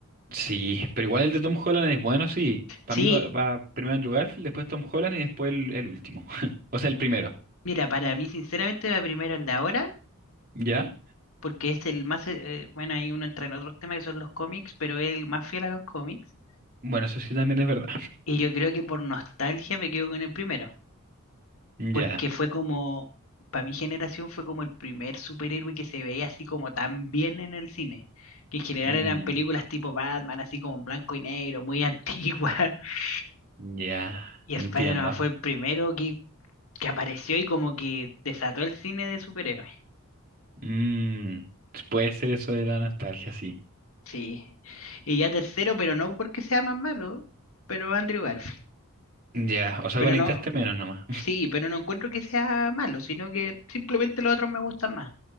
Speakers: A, on the right; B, on the left.
A: Sí, pero igual el de Tom Holland es bueno, sí. Para
B: Sí,
A: mí va, va primero Andrew Garfield, después Tom Holland y después el, el último. <laughs> O sea, el primero.
B: mira, para mí sinceramente la primero es de ahora,
A: ¿Ya?
B: porque es el más, eh, bueno, ahí uno entra en otros temas que son los cómics, pero es el más fiel a los cómics.
A: Bueno, eso sí también es verdad.
B: Y yo creo que por nostalgia me quedo con el primero,
A: Ya.
B: porque fue como, para mi generación fue como el primer superhéroe que se veía así como tan bien en el cine, que en general
A: Mm,
B: eran películas tipo Batman, así como en blanco y negro, muy antigua. <laughs>
A: ya,
B: Y
A: entiendo.
B: Spider-Man fue el primero que, que apareció y como que desató el cine de superhéroes.
A: Mm, puede ser eso de la nostalgia, sí.
B: Sí. Y ya tercero, pero no porque sea más malo, pero Andrew Garfield.
A: Ya, o sea,
B: Pero
A: conectaste
B: no,
A: menos nomás.
B: sí, pero no encuentro que sea malo, sino que simplemente los otros me gustan más.